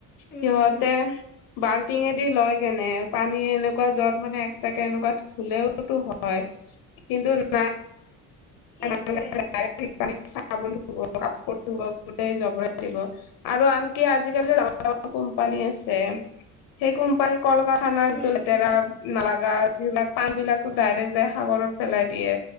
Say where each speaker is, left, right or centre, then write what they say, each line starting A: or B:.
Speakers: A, on the left; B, on the left.
A: উম
B: সিহঁতে
A: উম
B: ব টিঙেদি লয় কেনে পানী এনেকুৱা য্বত মানে এক্সট্ৰাকে এনেকুৱা ধুলেওতো হয় কিন্তু নাই <inaudible>
A: সেইটোৱে
B: চ বুলি ধুব কাপোৰ ধুব গোটেই জবৰাই দিব আৰু আনকি আজিকালি কোম্পানী আছে সেই কোম্পানী কল কাৰখানাৰ
A: উম
B: যিটো লেতেৰা
A: উম
B: নালাগা এইিলাক পান বিলাকো ডাইৰেক্ট যাই সাগৰত পেলাই দিয়ে